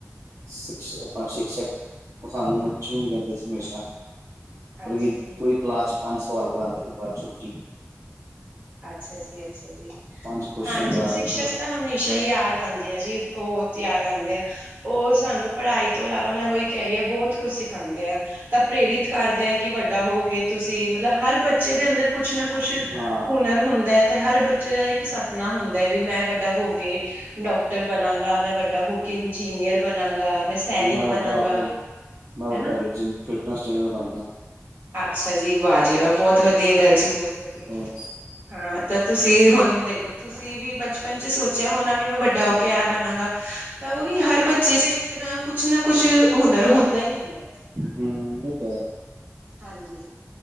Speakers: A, on the right; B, on the right.
A: ਸ਼ ਆਪਣਾ ਸ਼ਿਕਸ਼ਕ, ਉਹ ਸਾਨੂੰ ਕੁਛ ਵੀ ਨੀ ਕਹਿੰਦੇ ਸੀ ਹਮੇਸ਼ਾ
B: ਅੱਛਾ
A: ਮਤਲਬ
B: ਜੀ
A: ਪੂਰੀ ਕਲਾਸ ਚ ਪੰਜ ਸਵਾਲ ਕਰਾਉਂਦੇ ਸੀ ਬਾਅਦ ਛੁੱਟੀ
B: ਅੱਛਾ ਜੀ, ਅੱਛਾ ਜੀ
A: ਪੰਜ ਕੁਸ਼ਚਨ
B: ਹਾਂਜੀ
A: ਕਰਾ
B: ਸਿਕਸ਼ਕ
A: ਕੇ ਪੂਰਾ
B: ਤਾਂ ਹਮੇਸ਼ਾ ਹੀ ਯਾਦ ਆਉਂਦੇ ਆ ਜੀ ਬਹੁਤ ਯਾਦ ਆਉਂਦੇ ਆ ਉਹ ਸਾਨੂੰ ਪੜ੍ਹਾਈ ਤੋਂ ਇਲਾਵਾ ਮੈਂ ਉਹੀ ਕਹਿ ਰਹੀ ਹਾਂ ਬਹੁਤ ਕੁਛ ਸਿਖਾਉਦੇ ਆਂ। ਤਾਂ ਪ੍ਰੇਰਿਤ ਕਰਦੇ ਹੈ ਕਿ ਵੱਡਾ ਹੋ ਕੇ ਤੁਸੀਂ ਮਤਲਬ ਹਰ ਬੱਚੇ ਦੇ ਅੰਦਰ ਕੁਛ ਨਾ ਕੁਛ
A: ਹਾਂ
B: ਹੁਨਰ ਹੁੰਦਾ ਹੈ ਤੇ ਹਰ ਬੱਚੇ ਦਾ ਇੱਕ ਸਪਨਾ ਹੁੰਦਾ ਹੈ। ਵੀ ਮੈਂ ਵੱਡਾ ਹੋ ਕੇ ਡਾਕਟਰ ਬਣਾਂਗਾ ਮੈਂ ਵੱਡਾ ਹੋ ਕੇ ਇੰਜੀਨੀਅਰ ਬਣਾਂਗਾ ਮੈਂ ਸੈਨਿਕ
A: ਮੈਂ ਵੱਡਾ
B: ਬਣਾਂਗਾ
A: ਹੋ ਕੇ, ਮੈਂ ਵੱਡਾ
B: ਹਨਾ
A: ਜਿਮ ਫਿਟਨੈਸ ਟ੍ਰਰੇਨਰ ਬਣ ਗਿਆ
B: ਅੱਛਾ ਜੀ ਵਾਹ ਜੀ ਵਾਹ ਬਹੁਤ ਵਧੀਆ ਗੱਲ ਜੀ ਬਹੁਤ ਵਧੀਆ।
A: ਹਾਂ
B: ਹਾਂ, ਤਾਂ ਤੁਸੀਂ ਹੁਣ ਦੇਖੋ ਤੁਸੀਂ ਵੀ ਬਚਪਨ ਚ ਸੋਚਿਆ ਹੋਣਾ ਵੀ ਮੈਂ ਵੱਡਾ ਹੋ ਕੇ ਆ ਬਣਾਂਗਾ। ਤਾਂ ਉਹੀ ਹਰ ਬੱਚੇ ਚ ਇੱਕ ਨਾ ਕੁਛ ਨਾ ਕੁਛ ਹੁਨਰ ਹੁੰਦਾ ਹੀ ਹੁੰਦਾ।
A: ਹੂੰ, ਇਹ ਤਾਂ ਹੈ।
B: ਹਾਂਜੀ,